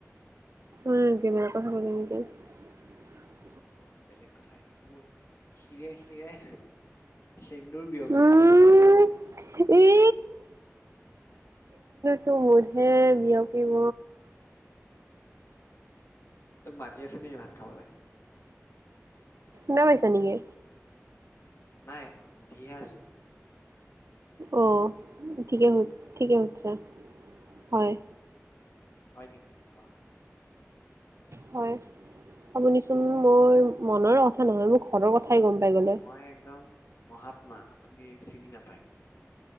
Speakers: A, on the right; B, on the left.
A: ওম কেমেৰা কথা নকলো
B: অ বেলেগ কথা, এতিয়া মোৰ শিৰে শিৰে সেন্দুৰ বিয়পিছে
A: উম ই সেইটো মোৰহে বিয়পিব
B: তোক মাতি আছে নেকি ভাত খাবলে?
A: ন হৈছে নেকি?
B: নাই মই সুধিহে আছো?
A: অ ঠিকে, ঠিকে সোধিছে হয়
B: হয় নেকি বাহ
A: হয় আপুনিচোন মোৰ মনৰ কথা নহয় মোৰ ঘৰৰ কথা <unintelligible> খাই গম পাই গ'লে
B: মই একদম মহাত্মা আপুনি চিনি নাপায়।